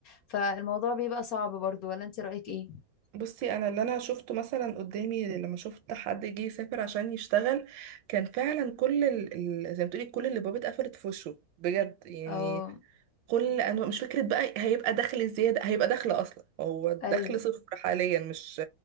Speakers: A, on the left; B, on the right.
A: فالموضوع بيبقى صعب برضو ولا انت رأيك ايه
B: بصي انا اللي انا شفته مثلا قدامي لما شفت حد جه يسافر عشان يشتغل كان فعلا كل ال... ال- زي ما تقولي كل اللي بابه اتقفلت في وشه بجد يعني
A: اه
B: كل انواع مش فكره بقى هيبقى دخل زياده هيبقى دخل اصلا هو الدخل
A: ايوه
B: صفر حاليا مش